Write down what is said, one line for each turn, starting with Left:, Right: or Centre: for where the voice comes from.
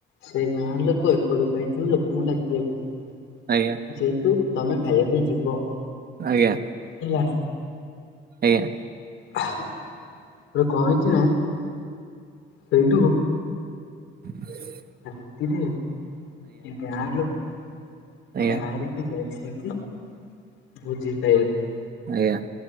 Left: ସେ ଗାଁଲୋକ ଏପଟକୁ ଆଇଥିଲେ ଲୋକଙ୍କୁ ଡାକିବାକୁ
Right: ଆଜ୍ଞା
Left: ଯେହେତୁ ତମେ ଖାଇବାପାଇଁ ଯିବ।
Right: ଆଜ୍ଞା।
Left: ହେଲା।
Right: ଆଜ୍ଞା।
Left: ଆ ହା ହେଠୁ କଣ ହେଇଛି ନା। ସେଇଠୁ।
Right: ହଁ <unintelligible>
Left: ରାତିରେ ଏ ଗାଁ ଲୋକ
Right: ଆଜ୍ଞା
Left: ଗାଁରେ କି ଅଛନ୍ତି ଭୋଜି ଖାଇବାକୁ
Right: ଆଜ୍ଞା <inaudible>